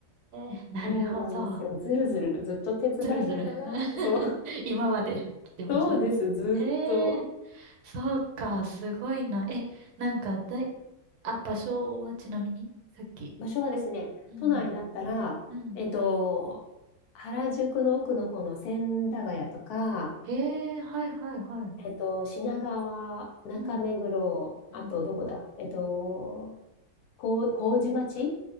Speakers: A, on the right; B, on the left.
A: え、なるほど。
B: そうなんですよ。ずるずるずっと手伝いながら、
A: ずるずる。<laughs>
B: そう、<laughs>
A: 今まで来てます。
B: そうです、ずっと。
A: へえ。そうか、すごいな。え、なんかだい、あ、場所はちなみにさっき。
B: 場所はですね、
A: うんうん。
B: 都内だったら、
A: うん。
B: えっと、原宿の奥の方の千駄ヶ谷とか、
A: うんうん。へえ、はいはいはい。
B: えっと、品川、中目黒、
A: うんうんうん。
B: あとどこだえっと、
A: うん
B: こう、麹町